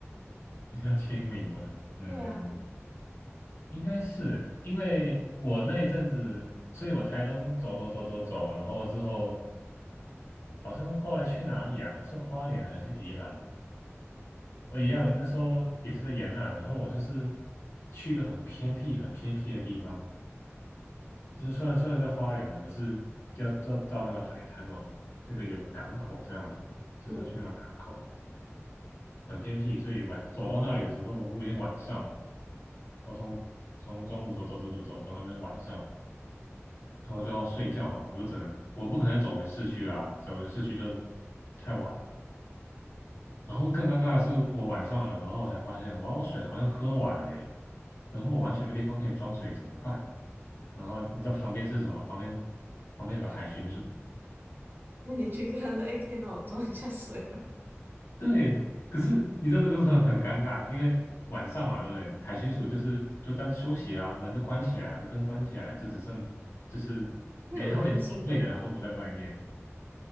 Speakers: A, on the left; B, on the right.
A: <laughs> 比较亲民嘛。嗯，
B: 对啊，
A: 应该是因为我那一阵子，所以我台东走走走走走，然后之后好像是后来去哪里啊？是花莲还是宜兰啊哦？我一样，那时候也是在沿岸，然后我就是去一个很偏僻、很偏僻的地方，就是虽然虽然在花莲了，可是要到到那个海滩哦，那个有港口这样子，就是要去那个港口，
B: 嗯。
A: 很偏僻，所以晚走到那里的时候，我已经晚上了，我从从中午走走走走走到那边晚上。然后就要睡觉嘛，我就只能我不可能走回市区啦，走回市区就太晚。然后更尴尬的是，我晚上了，然后我才发现，哇，我水好像喝完了耶，然后我完全没地方可以装水，怎么办？然后你知道旁边是什么？旁边旁边有个海巡署，
B: 那你去跟他说：“哎，可以让我装一下水吗？”
A: 对。可是你知道这个很很尴尬，因为晚上嘛，对不对？海巡署就是就大家休息啊，
B: 嗯，
A: 门都关起来了，灯关起来，就只剩就是连他们连守卫的人都不在外面。
B: 会有轮值的吧？